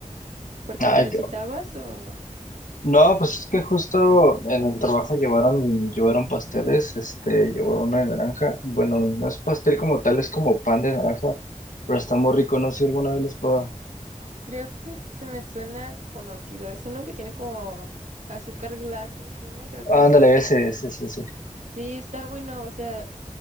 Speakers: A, on the right; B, on the left.
A: ¿Por qué
B: Ay,
A: necesitabas
B: qué- bueno.
A: o...
B: No, pues es que justo en el trabajo llevaron, llevaron pasteles, este, llevó uno de naranja, bueno, no es pastel como tal, es como pan de naranja, pero está muy rico, no sé si alguna vez lo has probado.
A: Creo que se me suena conocido. Es uno que tiene como azúcar glass encima, creo que
B: Ándale,
A: es.
B: ese, ese, ese, ese.
A: Sí, está bueno, o sea,